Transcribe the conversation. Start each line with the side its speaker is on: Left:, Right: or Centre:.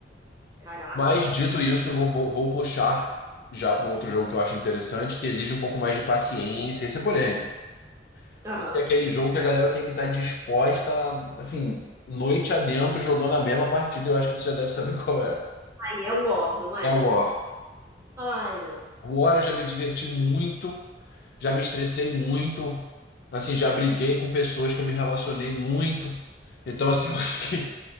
Right: Caraca.
Left: Mas dito isso, eu vou, vou, vou puxar já para um outro jogo que eu acho interessante, que exige um pouco mais de paciência. Esse é polêmico.
Right: Aham.
Left: Esse é aquele jogo que a galera tem que estar disposta, assim, noite adentro, jogando a mesma partida. Eu acho que você já deve saber <laughs> qual é.
Right: Aí é war, não é?
Left: É o War.
Right: Ai, não.
Left: O War eu já me diverti muito, já me estressei muito, assim, já briguei com pessoas que eu me relacionei muito. Então, assim, <laughs> eu acho que